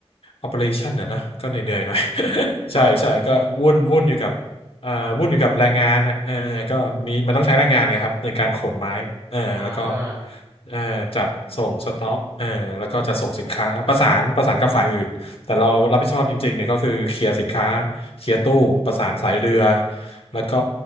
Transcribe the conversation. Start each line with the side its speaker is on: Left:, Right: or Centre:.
Left: Operation นะนะก็เหนื่อยๆหน่อย
Right: อืม
Left: <laughs>
Right: ครับผม
Left: ใช่ใช่ก็วุ่นวุ่นอยู่กับเอ่อวุ่นอยู่กับแรงงานนะเออก็มีมันต้องใช้แรงงานนะครับในการขนไม้เออแล้วก็
Right: อ่า
Left: เออจัดส่งสต็อกเออแล้วก็จัดส่งสินค้าประสานประสานกับฝ่ายอื่น แต่เรารับผิดชอบจริงๆเนี่ยก็คือเคลียร์สินค้าเคลียร์ตู้ประสานสายเรือแล้วก็